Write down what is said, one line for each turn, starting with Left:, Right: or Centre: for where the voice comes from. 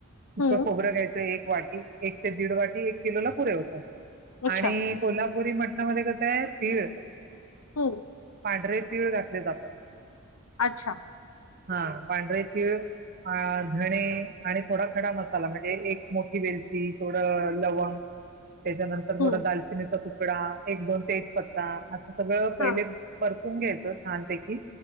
Right: सुक
Left: हम्म
Right: खोबरं घ्यायचं एक वाटी एक ते दीड वाटी एक किलो ला पुरे होत.
Left: अच्छा
Right: आणि कोल्हापुरी मटणामध्ये कसंय. तीळ,
Left: हो
Right: पांढरे तीळ घातले जातात.
Left: अच्छा
Right: हा पांढरे तीळ अ धणे आणि थोडा खडा मसाला म्हणजे एक मोठी वेलची, थोडं लवंग त्याच्यानंतर थोडा
Left: हम्म
Right: दालचिनीचा तुकडा, एक दोन तेजपत्ता अस सगळं पहिले
Left: हा
Right: परतून घ्यायचं छानपैकी